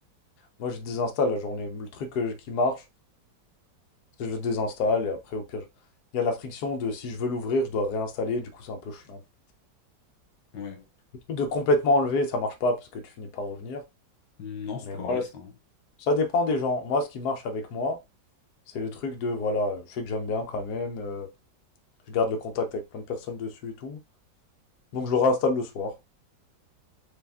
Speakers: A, on the left (about 65°); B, on the left (about 80°).
A: Moi, je désinstalle la journée. Le truc euh, qui marche, c'est que je le désinstalle et après, au pire, je- il y a la friction de si je veux l'ouvrir, je dois réinstaller. Du coup, c'est un peu chiant. <laughs>
B: Ouais.
A: Le truc de complètement enlever, ça marche pas parce que tu finis par revenir.
B: Non, c'est
A: Mais
B: pas
A: voilà,
B: vrai, ça. hein.
A: ça dépend des gens. Moi, ce qui marche avec moi, c'est le truc de voilà, je sais que j'aime bien quand même. euh, je garde le contact avec plein de personnes dessus et tout. Donc je le réinstalle le soir.